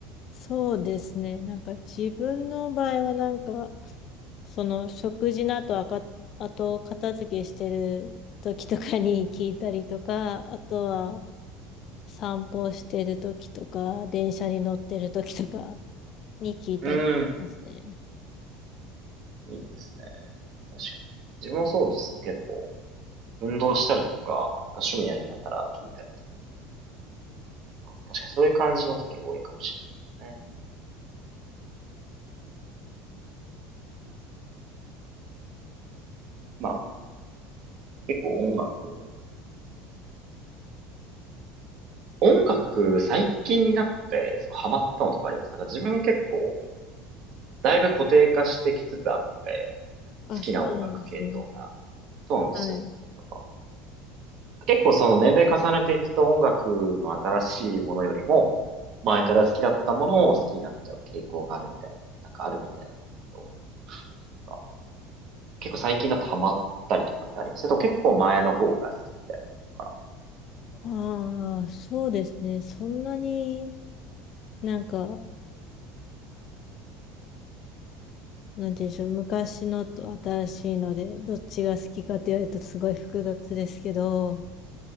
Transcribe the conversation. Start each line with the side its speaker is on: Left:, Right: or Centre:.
Left: そうですね。なんか自分の場合はなんか、その食事の後、あか、あと片付けしてる時とかに聞いたりとか、あとは、散歩してる時とか、電車に乗ってる時とかに聞いたりしますね。
Right: うん。うんいいですね。確かに。自分もそうですね。結構運動したりとか、なんか趣味やりながら聞いたりとか、確かにそういう感じの時多いかもしれないですね。まあ結構音楽音楽、最近になって、すごいハマったのとかありますなんか自分結構、だいぶ固定化してきつつあって、
Left: あ、
Right: 好きな音楽系統が。
Left: そうなんですね。
Right: そうなんですよね。
Left: はい。
Right: なんか、結構その年齢重ねていくと音楽の新しいものよりも、前から好きだったものを好きになっちゃう傾向があるみたいな、なんかあるみたいなんですけど、なんか結構最近だとハマったりとかってありますけど、それとも結構前の方が好きみたいなのとか。
Left: ああ、そうですね。そんなになんか、なんて言うんでしょう。昔のと新しいので、どっちが好きかって言われるとすごい複雑ですけど、